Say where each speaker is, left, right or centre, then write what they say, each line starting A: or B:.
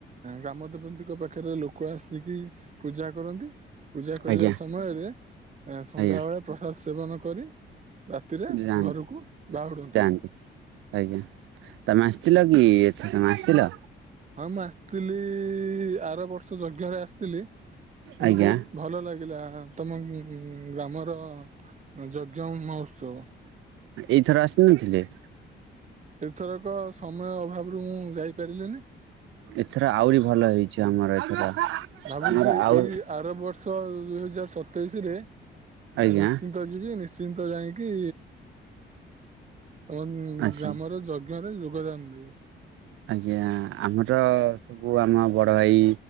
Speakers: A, on the right (about 35°); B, on the right (about 80°).
A: ଗ୍ରାମ ଦେବନ୍ତୀଙ୍କ ପାଖରେ ଲୋକ ଆସିକି। ପୂଜା କରନ୍ତି ପୂଜା କରିବା
B: ଆଜ୍ଞା
A: ସମୟରେ ସନ୍ଧ୍ୟାବେେଳେ।
B: ଆଜ୍ଞା
A: ପ୍ରସାଦ ସେବନ କରି ରାତିରେ
B: ଯାଆନ୍ତି
A: ଘରକୁ ବାହୁଡ଼ନ୍ତି।
B: ଯାଆନ୍ତି ଆଜ୍ଞା ତମେ ଆସିଥିଲ କି ଏଠି ତମେ ଆସିଥିଲ।
A: ହଁ ମୁଁ ଆସିଥିଲି ଆର ବର୍ଷ ଯଜ୍ଞ ରେ ଆସିଥିଲି। କିନ୍ତୁ
B: ଆଜ୍ଞା
A: ବହୁତ ଭଲ ଲାଗିଲା। ତମ ଗ୍ରାମର ଯଜ୍ଞ ମହୋତ୍ସବ।
B: ଏଇଥର ଆସିନଥିଲେ।
A: ଏଥରକ ସମୟ ଅଭାବରୁ ମୁଁ ଯାଇପାରିଲିନି।
B: ଏଥର ଆହୁରି ଭଲ ହେଇଛି ଆମର ଏଥର।
A: ଭାବୁଛି
B: ଆମର ଆଉ
A: ଏଇ ଆର ବର୍ଷ ଦୁଇ ହଜାର ସତେଇଶ ରେ
B: ଆଜ୍ଞା
A: ନିଶ୍ଚ ଯିବି ନିଶ୍ଚିନ୍ତ ଯାଇଁକି ତମ
B: ଅଛି
A: ଗ୍ରାମର ଯଜ୍ଞ ଯଜ୍ଞରେ ଯୋଗଦାନ ଦେବି।
B: ଆଜ୍ଞା ଆମର ସବୁ ଆମ ବଡ଼ ଭାଇ